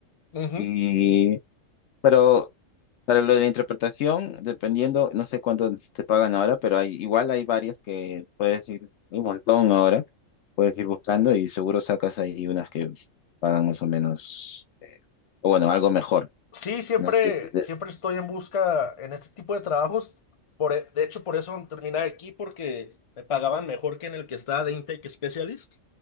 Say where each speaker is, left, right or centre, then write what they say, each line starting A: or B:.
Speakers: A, on the left; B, on the left.
A: Ujú.
B: Y, pero Para lo de la interpretación, dependiendo, no sé cuánto te pagan ahora, pero hay, igual hay varias que puedes ir, hay un montón ahora, puedes ir buscando y seguro sacas ahí unas que pagan más o menos, eh, o bueno, algo mejor,
A: Sí, siempre,
B: ¿no? De- de- de-
A: siempre estoy en busca en este tipo de trabajos. Por, e- de hecho, por eso terminé aquí, porque me pagaban mejor que en el que estaba de Intake Specialist.